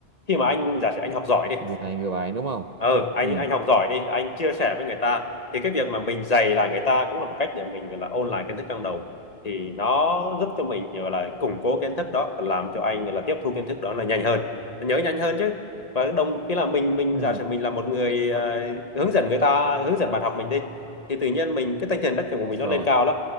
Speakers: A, on the left; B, on the right.
A: khi mà anh giả sử anh học giỏi đi
B: người thầy người bạn đúng không
A: ừ anh
B: ừ
A: anh học giỏi đi anh chia sẻ với người ta thì cái việc mà mình dày là người ta cũng là một cách để mình gọi là ôn lại kiến thức trong đầu thì nó giúp cho mình gọi là củng cố kiến thức đó và làm cho anh là tiếp thu kiến thức đó là nhanh hơn nhớ nhanh hơn chứ và đồng cái là mình mình
B: ừ
A: giả sử mình là một người ờ, hướng dẫn người ta hướng dẫn bạn học mình đi thì tự nhiên mình cái tinh thần trách nhiệm của mình nó
B: rồi
A: lên cao lắm